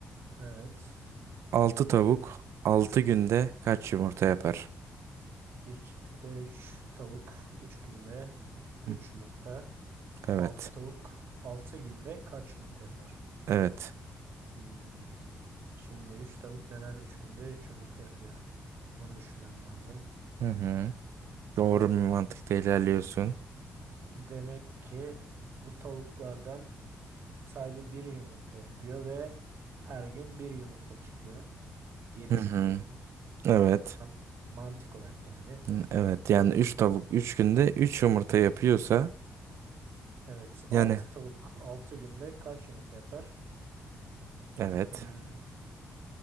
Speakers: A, on the right (about 55°); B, on the right (about 70°).
A: Evet.
B: 6 tavuk 6 günde kaç yumurta yapar?
A: Bir çiftlikte 3 tavuk 3 günde
B: Hı,
A: 3 yumurta.
B: Evet,
A: altı tavuk 6 günde kaç yumurta yapar?
B: evet.
A: Hmm. Şimdi 3 tavuk neden 3 günde 3 yumurta yapıyor? Bunu düşünmem lazım.
B: Hı hı. Doğru bir mantıkta ilerliyorsun.
A: Demek ki bu tavuklardan sadece bir yumurta yapıyor ve her gün bir yumurta çıkıyor diye
B: Hı
A: düşünüyorum.
B: hı. Evet.
A: Man- mantık olarak yani.
B: Hı, Evet yani 3 tavuk 3 günde 3 yumurta yapıyorsa
A: Evet,
B: yani
A: 6 tavuk 6 günde kaç yumurta yapar?
B: evet
A: Hmm,